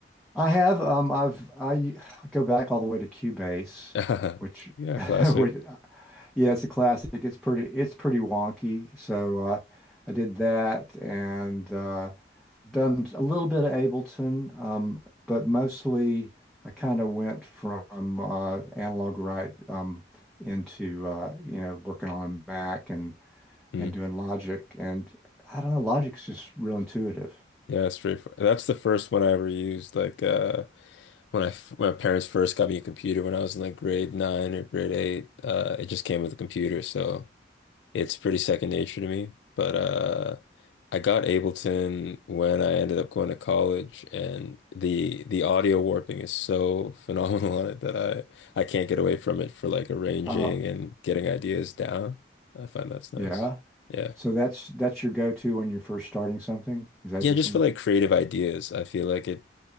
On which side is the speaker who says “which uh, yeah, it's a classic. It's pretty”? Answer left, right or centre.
Centre